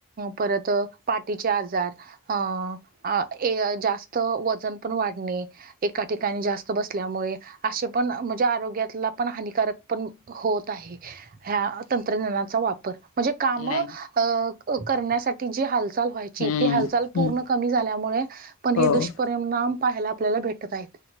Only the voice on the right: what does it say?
परत पाटीचे आजार अं ये अ जास्त वजन पण वाढणे एका ठिकाणी जास्त बसल्यामुळे असे पण म्हणजे आरोग्यातला पण हानिकारक पण होत आहे ह्या तंत्रज्ञानाचा वापर म्हणजे काम
अ करण्यासाठी जी हालचाल व्हाय यची
तो हालचाल पूर्ण
कमी झाल्यामुळे पण हे
दुष्परिणाम पाहायला आपल्याला भेटत आहेत